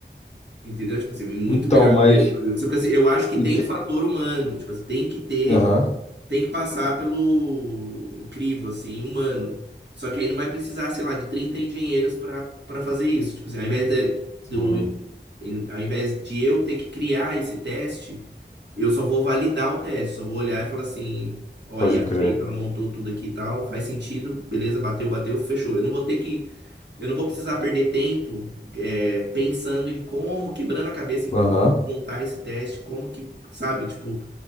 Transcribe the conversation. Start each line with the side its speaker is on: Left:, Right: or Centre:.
Right: Entendeu? Tipo assim, muito
Left: Então,
Right: melhor
Left: mas.
Right: do que eu. Tipo assim, eu acho que
Left: e
Right: tem
Left: te-
Right: o fator humano, tipo assim, tem que ter
Left: Aham.
Right: tem que passar pelo crivo, assim, humano. Só que aí não vai precisar, sei lá, de 30 engenheiros para para fazer isso. Tipo assim, ao invés de,
Left: Sim.
Right: do, em- ao invés de eu ter que criar esse teste, eu só vou validar o teste, só vou olhar e falar assim, ó,
Left: Pode
Right: a IA
Left: crer.
Right: fez, ela montou tudo aqui e tal, faz sentido, beleza, bateu, bateu, fechou. Eu não vou ter que, eu não vou precisar perder tempo é, pensando em como, quebrando a cabeça em como
Left: Aham.
Right: montar esse teste, como que, sabe, tipo,